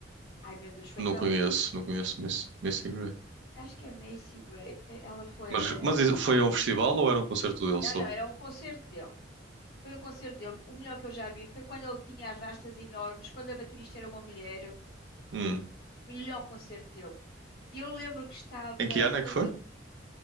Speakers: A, on the left; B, on the right.
A: Ai meu Deus, foi
B: Não
A: tão.
B: conheço,
A: Foi...
B: não conheço Miss, Missy Gray.
A: Acho que é Macy Gray. Eh, Ela foi,
B: Mas,
A: olha. eh,
B: mas isso
A: eh,
B: foi a um festival ou era um concerto dele
A: Não,
B: só?
A: não, era um concerto dele. Foi um concerto dele. O melhor que eu já vi foi quando ele tinha as rastas enormes, quando a baterista era uma mulher.
B: Hum.
A: Melhor concerto dele. E eu lembro que estava,
B: Em que ano
A: portanto,
B: é que foi?
A: que eu,